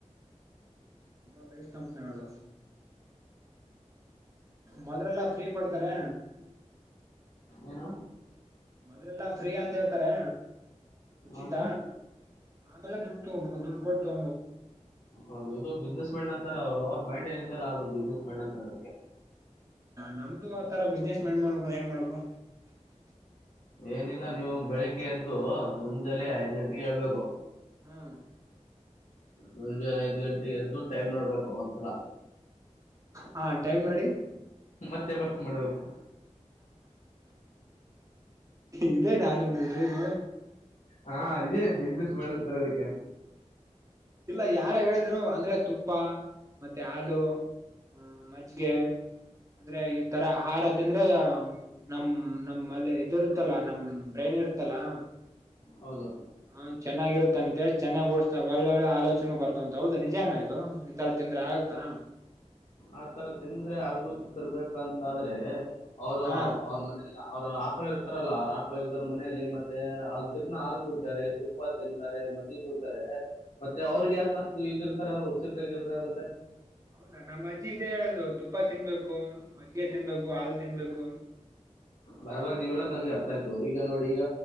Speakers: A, on the right; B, on the left.
A: ತುಂಬಾ ಬೇಸ್ ಕಂಪನಿ ಅವದ ಮದ್ರಲ್ಲಾ ಫ್ರೀ ಕೊಡ್ತಾರೆ
B: ಏನು
A: ಅದ್ರೆಲ್ಲಾ ಫ್ರೀ ಅಂತ ಹೇಳ್ತಾರೆ ಉಚಿತ
B: ಆಮೇಲೆ
A: ಆಮೇಲೆ ದುಡ್ಬ ದು ಕೊಡ್ ತೋ್
B: ಹೌದು ಇದು ಬಿಸ್ನೆಸ್ ಮ್ಯಾಂಡ್ ಅಂತಾರೆ ಅವ್ರು ಅವ್ರ ಮೈಂಡ್ ಏನಿದೆ ಅಲ್ಲ ಅದು ಬಿಸ್ನೆಸ್ ಮ್ಯಾಂಡ್ ಅಂತಾರೆ ಅದಕ್ಕೆ
A: ನಮ್ದು ಆತರ ಬಿಸ್ನೆಸ್ ಮಂಡ್ ಮಾಡ್ಕ ಅಂದ ಏನ್ ಮಾಡ್ಬೇಕು
B: ಏನಿಲ್ಲ ನೀವು ಬೆಳಿಗ್ಗೆ ಎದ್ದು ಮುಂಂದಲ್ಲ
A: ಹ್ಮ್
B: ಐದ ಗಂಟೆಗೆ ಹೇಳ್ಬೇಕು
A: ಹ್ಮ್
B: ಮುಂೆ ಐದು ಗಂಟೆಗೆ ಎದು ಟೈಮ್ ನೋಡ್ಬೇಕು ಒಂದ್ಸಲ
A: ಹಾ ಟೈಮ್ ನೋಡಿ
B: ಮತ್ತೆ ಬಕ್ ಮಾಡ್ಬೇಕು
A: ಇದೇ ನಾನುಂಬದಾಯಗ
B: ಹಾ ಇದೇ ಬಿಸ್ನೆಸ್ ಮಾಡಂತಾರೆ ಅದಕ್ಕೆ
A: ಇಲ್ಲ ಯಾರ ಹೇಳಿದ್ರು ಅಂದ್ರೆ ತುಪ್ಪ ಮತ್ತೆ ಹಾಲು ಹ್ಮ ಮಜ್ಿಗೆ ಅಂದ್ರೆ ಈ ತರ ಹಹಾರ ತಿಂದ್ರೆ ನಮ ನಮ್ಮ್ಲೆ ಇದದುರುತ್ತಲ್ಲ ನಮ್ ಬ್ರೈನ್ ಇರ್ತಲಾ
B: ಹೌದು
A: ಹ ಚೆನ್ನಾಗಿರುತ್ತಂತೆ ಚೆನ್ನಾಗ ಓಡಸ್ತ ಒಳ್ಳೆ ಒಳ್ಳೆ ಆಲೋಚನೆ ಬರ್ತವಂತ ಹೌದಾ ನಿಜಾನ ಇದು ಈ ತರ ಂದ್ರೆ ಆಗತ್ತಾ
B: ಆತರ ತಿಂದ್ರೆ ಆಗ್ಿರ್ಬೇಕಂತಾದ್ರೆ ಅವರು
A: ಹಾ
B: ಅವ್ರ ಮನ ಅವ್ರು ಆಕಳ ಇರ್ತಾರಲ್ಲ ಅವ್ರ ಆಕಳ ಇದ್ದ್ರ ಮನೆಯಲ್ಲಿ ಮತ್ತೆ ಅದ್ರನ್ನ ಹಾಲು ಕುಡ್ತಾರೆ ತುಪ್ಪ ತಿಂತಾರೆ ಮದುವವಿ ಕೊಡ್ತಾರೆ ಮತ್ತೆ ಅವ್ರಗ್ ಯಾಕಷ್ಟು ಈಗಿರ್ತಾರೆ ಅವ್ರ ಹೊಚ್ಚಿದಂಗ ಇರ್ತಾರೆ ಮತ್ತೆ
A: ಹೌದಾ ನಮ್ಮ್ ಅಜ್ಜಿ ಇದೇ ಹೇಳದು ತುಪ್ಪ ತಿನ್ಬೇಕು ಮಜ್ಜಿಗೆ ತಿನ್ಬೇಕು ಹಾಲು ತಿನ್ಬೇಕು
B: ಬರಬಾರ ನೀವ ಹೇಳ ನನ್ಗೆ ಅರ್ಥ ಆಯ್ತು ಈಗ ನೋಡಿ ಈಗ